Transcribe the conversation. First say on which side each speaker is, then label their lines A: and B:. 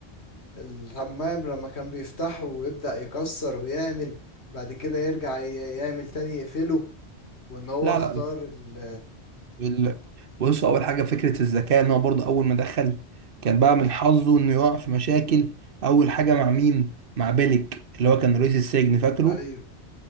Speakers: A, on the left (about 75°); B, on the right (about 55°).
A: الحمام لما كان بيفتحه ويبدأ يكسر ويعمل بعد كده يرجع ي- يعمل تاني يقفله وان هو
B: لا
A: اختار
B: لا
A: ال...
B: ال- بصوا اول حاجه فكره الذكاء ان هو برضه اول ما دخل كان بقى من حظه انه يقع في مشاكل اول حاجه مع مين مع بيلك اللي هو كان رئيس السجن فاكره
A: ايوه